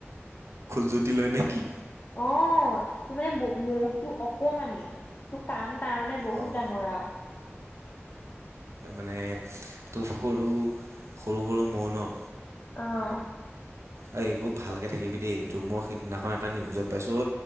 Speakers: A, on the right; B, on the left.
A: জুতি লয় নেকি?
B: অ তোৰ মানে মহটো অকমানি, তোৰ কাম। তাৰমানে বহুত
A: অঁ
B: ডাঙৰ আৰু।
A: মানে ত সৰু, সৰু সৰু মহ ন।
B: আহ।
A: এইবোৰ ভালকৈ থাকিবি দেই এইটো মই সিদিনাখন এটা নিউজত পাইছোঁ,